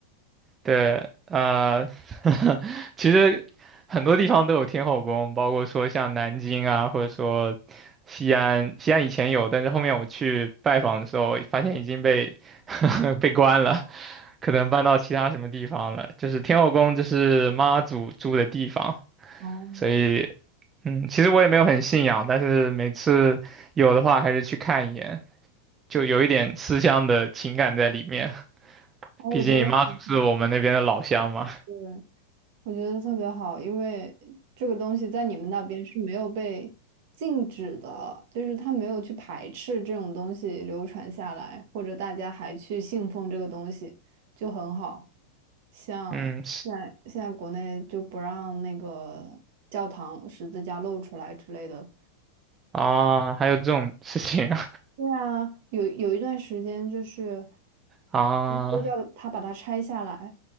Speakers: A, on the right (about 20°); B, on the right (about 60°).
A: 对，呃，<laughs> 其实很多地方都有天后宫，包括说像南京啊，或者说西安。西安以前有，但是后面我去拜访的时候，发现已经被 <laughs> 被关了，可能搬到其他什么地方了。就是天后宫，就是妈祖住的地方，
B: 哦，
A: 所以，嗯，其实我也没有很信仰，但是每次有的话还是去看一眼，就有一点思乡的情感在里面。
B: 哦，
A: 毕竟妈祖是我们那边的老乡嘛，
B: 我觉得很好，对，我觉得特别好，因为这个东西在你们那边是没有被禁止的，就是他没有去排斥这种东西流传下来，或者大家还去信奉这个东西，就很好。像现在现在国内就不让那个教堂十字架露出来之类的。
A: 嗯。啊，还有这种事情啊，
B: 对啊，有有一段时间就是
A: 啊
B: 都叫他把它拆下来。